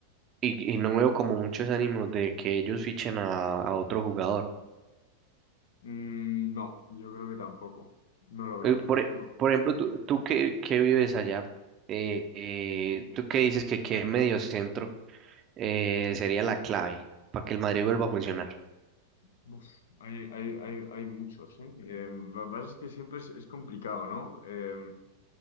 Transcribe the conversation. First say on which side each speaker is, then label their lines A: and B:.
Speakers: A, on the right (about 30°); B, on the left (about 60°).
A: Y, y no veo como muchos ánimos de que ellos fichen a, a otro jugador.
B: Mm, no, yo creo que tampoco. No lo veo,
A: Eh, por, e-
B: no.
A: por ejemplo, tú, tú que, que vives allá, eh, eh, tú que dices que qué medio centro eh, sería la clave para que el Madrid vuelva a funcionar.
B: Uf, hay, hay, hay, hay muchos, ¿eh? Eh, lo que pasa es que siempre es, es complicado, ¿no? Eh,